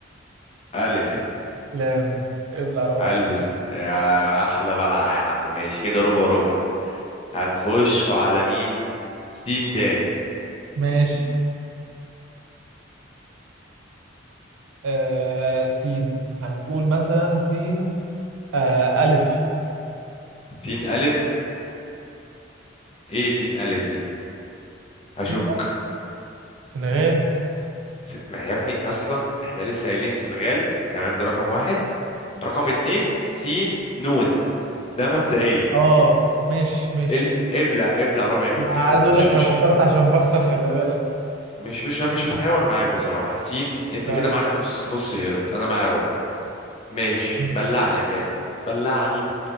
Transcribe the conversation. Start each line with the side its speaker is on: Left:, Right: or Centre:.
Left: الف
Right: لام ابلع ربع
Left: هلبس
Right: عين.
Left: يا احلى بلعه يا عم ماشي كده ربع ربع هنخش على مين سين تاني
Right: ماشي آه سين هنقول مثلا سين آه ألف
Left: سين الف ايه سين الف دي
Right: سين
Left: هشك
Right: سنغال
Left: س- ما يا ابني اصلا احنا لسه قايلين سنغال تمام ده رقم واحد رقم اتنين سين نون ده مبدئيا
Right: اه ماشي ماشي
Left: ال- ابلع ابلع ربع كمان
Right: عايز
Left: ابلع
Right: اقول
Left: مش
Right: لك انا
Left: مش
Right: فكرت عشان بخسر خلي بالك
Left: مش مش مش هتهاون معاك بصراحة سين انت
Right: ف-
Left: كده معاك نص نص قرد انا معايا ربع ماشي
Right: ماشي
Left: بلعني يا غالي بلعني